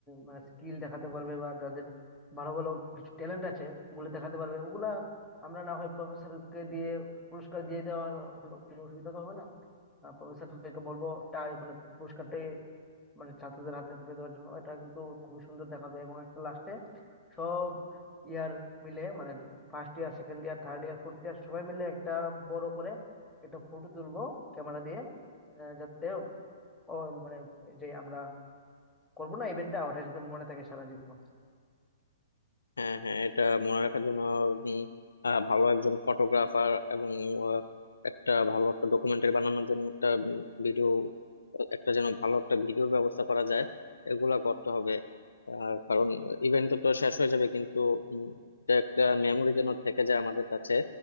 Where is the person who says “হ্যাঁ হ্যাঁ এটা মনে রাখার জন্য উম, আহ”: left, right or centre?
Left